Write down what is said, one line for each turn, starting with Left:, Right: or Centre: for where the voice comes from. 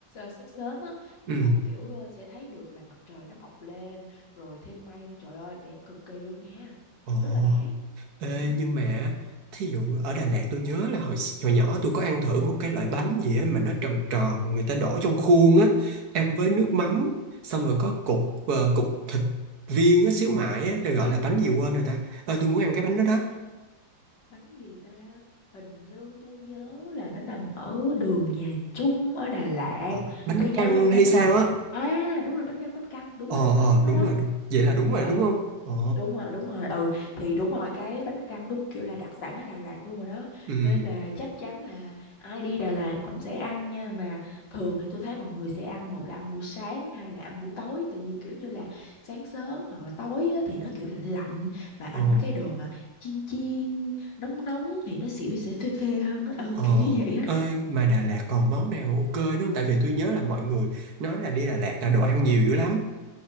Left: s- sớm sớm á là
Right: ừ
Left: kiểu ờ, sẽ thấy được là mặt trời nó mọc lên rồi thêm mây nữa trời ơi đẹp cực kỳ luôn nha
Right: ờ
Left: rất là đáng
Right: Ê,
Left: ừ
Right: nhưng mà thí dụ ở Đà Lạt tôi nhớ là hồi hồi nhỏ tôi có ăn thử một cái loại bánh gì á mà nó tròn tròn người ta đổ trong khuôn á ăn với nước mắm xong rồi có cục ờ, cục thịt viên á xíu mại á là gọi là bánh gì quên rồi ta Ờ, tôi muốn ăn
Left: Bánh
Right: cái bánh
Left: gì
Right: đó đó
Left: ta? bánh gì ta hình như tôi nhớ là nó nằm ở đường Nhà Trung ở Đà Lạt
Right: Ờ, bánh
Left: tôi nhớ
Right: căn
Left: mang
Right: hay
Left: máng
Right: sao
Left: là vậy
Right: á
Left: à đúng rồi bánh căn bánh căn đúng
Right: ờ
Left: rồi đó nó
Right: ờ
Left: đó nó
Right: đúng
Left: đó
Right: rồi đúng vậy là đúng rồi
Left: Ừ.
Right: đúng
Left: ừ
Right: không ờ
Left: đúng rồi đúng rồi ừ thì đúng rồi cái bánh căn đúng kiểu là đặc sản ở Đà Lạt luôn rồi đó
Right: ừ
Left: nên là chắc chắn là ai đi Đà Lạt cũng sẽ ăn nha mà thường thì tôi thấy mọi người sẽ ăn một là ăn buổi sáng hai là ăn buổi tối tại vì kiểu như là sáng sớm hoặc là tối á, thì nó kiểu lạnh lạnh mà ăn
Right: ờ
Left: cái đồ mà chiên chiên nóng nóng thì nó xỉu sẽ phê phê hơn á ừ
Right: ờ
Left: kiểu như vậy á
Right: ơi mà Đà Lạt còn món nào ok nữa không tại vì tôi nhớ là mọi người nói là đi Đà Lạt là đồ ăn nhiều dữ lắm